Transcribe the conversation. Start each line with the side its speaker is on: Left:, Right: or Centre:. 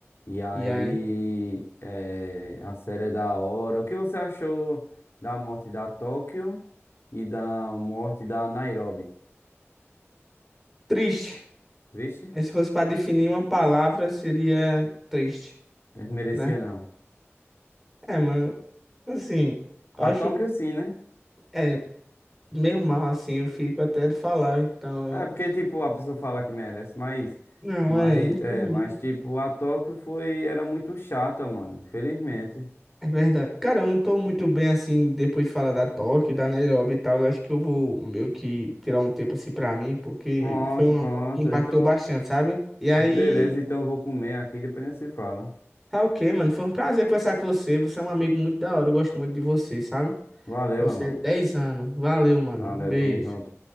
Left: E aí,
Centre: E aí.
Left: é, a série é da hora. O que você achou da morte da Tóquio e da morte da Nairobi?
Centre: Triste.
Left: Triste?
Centre: Aí, se fosse pra definir uma palavra, seria triste,
Left: Eh, Merecia
Centre: né?
Left: não.
Centre: É, mano. Assim,
Left: A
Centre: eu acho.
Left: Tóquio sim, né?
Centre: É, meio mal assim, eu fico até de falar, então. eu-
Left: É porque, tipo, a pessoa fala que merece, mas,
Centre: Não,
Left: mas,
Centre: é, infelizmente.
Left: é, mas tipo, a Tóquio foi, era muito chata, mano, infelizmente.
Centre: É verdade. Cara, eu não tô muito bem assim depois de falar da Tóquio, da Nairobi e tal. Eu acho que eu vou meio que tirar um tempo assim pra mim, porque
Left: Pronto,
Centre: foi uma
Left: pronto.
Centre: moto que impactou
Left: Então,
Centre: bastante, sabe? E aí,
Left: beleza, então eu vou comer aqui, depois a gente se fala.
Centre: tá ok, mano. Foi um prazer conversar com você. Você é um amigo muito da hora. Eu gosto muito de você, sabe?
Left: Valeu,
Centre: Você
Left: meu mano.
Centre: é 10 anos. Valeu, mano.
Left: Valeu,
Centre: Beijo.
Left: tamo junto.